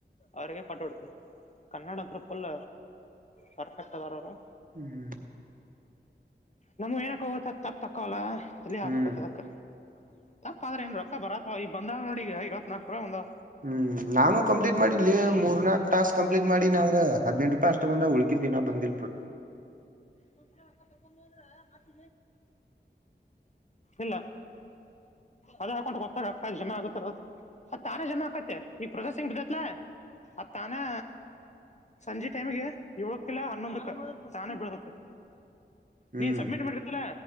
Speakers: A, on the left; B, on the right.
A: ಅವ್ರಿಗೆ ಕೊಟ್ಟಬಡ್ತನ ಕನ್ನಡ ಹತ್ರ ಫುಲ್ ಪರ್ಫೆಕ್ಟ್ ಅದಾರ ಅವ್ರ
B: ಹ್ಮ್
A: ನಮ್ ಏನಕ್ಕ ಹೋಗತ ತಪ್ಪ ತಕ್ಕಲ್ಲ ಇಲ್ಲಿ
B: ಹ್ಮ್
A: ಆಪಕ್ಕತ್ದಕ್ಕ ತಪ್ಪ ಆದ್ರೆ ಇಏ ರಕ್ಕ ಬರತ್ ಈಗ ಬಂದ ನೋಡಿಗ ಇವತ್ನಾಲ್ಕು ರೂಪಾಯ ಒಂದಂದು
B: ಹ್ಮ್ ನಾನು ಕಂಪ್ಲೀಟ್ ಮಾಡಿ ಲ ಮೂರ್ನಾಾಕ್ ಟಾಸ್ಕ್ ಕಂಪ್ಲೀಟ್ ಮಾಡೀಿ್ರ ಹದ್ೆಂಟು ಷ್ಟ ಬಂದ ಉಳಕಿದ್ದಿನಾ ಬಂದಿ
A: ಮತ್ತ ತಕೊಂಡಲ್ರ ಮತ್ತ ಇಲ್ಲ ಅದೇ ಅಕೌಂಟ್ ಹತಾರೆ ಜಮಾ ಆಗಾರ ಆ ತಾನೇ ಜಮಾ ಆಕತ್ತತೆ ಈಗ ಪ್ರಜಾ ಸಿಂಗ್ ಬಿದತ್ಲಾ ಆ ತಾನೇ ಸಂಜೆ ಟೈಮಗೆ ಏಳಕ್ಕಿಲ್ಲ ಹನ್ನೊಂದಕ್ಕ ಚಾನಾಗ ಬಿಡತತೆ
B: ಹ್ಮ್
A: ನೀ ಸಬ್ಮಿಟ್ ಮಾಡತರಾ